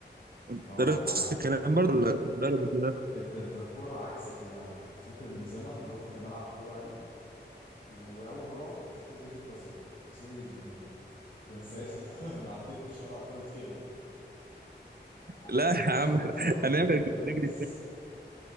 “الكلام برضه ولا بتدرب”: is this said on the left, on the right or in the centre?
Right